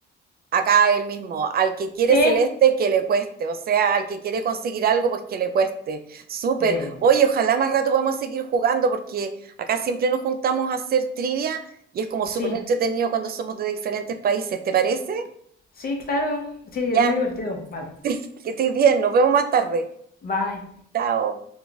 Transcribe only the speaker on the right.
Acá el mismo, al que quiere
celeste, que le cueste. O sea, al que quiere conseguir algo, pues que le cueste. Súper.
Oye, ojalá más rato podamos seguir jugando, porque acá siempre nos juntamos a hacer trivia y es como súper
entretenido cuando somos de diferentes países. ¿Te parece?
Ya,
<laughs> que estés bien. Nos vemos más tarde.
Chao.